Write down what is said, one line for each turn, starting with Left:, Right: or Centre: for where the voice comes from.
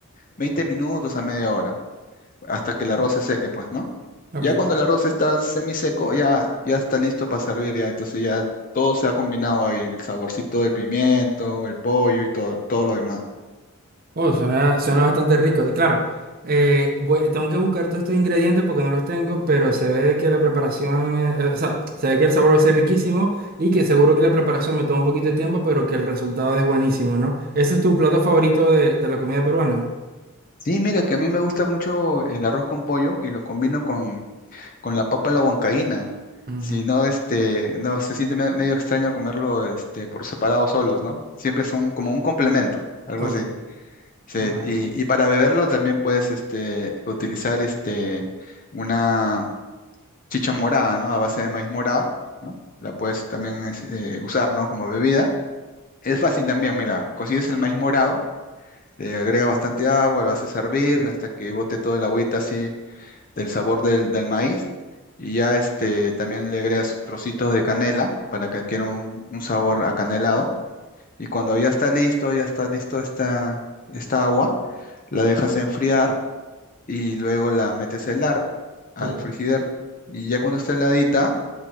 Left: 20 minutos a media hora hasta que el arroz se seque, pues, ¿no?
Right: ok.
Left: Ya cuando el arroz está semiseco, ya, ya está listo para servir, ya. Entonces ya todo se ha combinado ahí, el saborcito del pimiento, el pollo y todo, todo lo demás.
Right: Oh, suena, suena bastante rico. Claro, eh, voy- tengo que buscar todos estos ingredientes porque no los tengo, pero se ve que la preparación, eh, eh, o sea, se ve que el sabor va a ser riquísimo y que seguro que la preparación me toma un poquito de tiempo, pero que el resultado es buenísimo, ¿no? ¿Ese es tu plato favorito de, de la comida peruana?
Left: Sí, mira, que a mí me gusta mucho el arroz con pollo y lo combino con, con la papa a la huancaína.
Right: Ujú.
Left: Si no, este, no, se siente me- medio extraño comerlo, este, por separado solos, ¿no? Siempre son como un complemento, algo
Right: Ok,
Left: así. Sí,
Right: vale,
Left: y, y para beberlo también puedes, este, utilizar, este, una, chicha morada, ¿no? A base de maíz morado, ¿no? La puedes también es- eh, usar, ¿no? Como bebida. Es fácil también, mira, consigues el maíz morado, le agregas bastante agua, lo haces hervir hasta que bote toda la agüita así del sabor del, del maíz. Y ya este, también le agregas trocitos de canela para que adquiera un, un sabor acanelado. Y cuando ya está listo, ya está listo esta, esta agua, la dejas enfriar y luego la metes a helar al
Right: ok.
Left: frigider. Y ya cuando está heladita,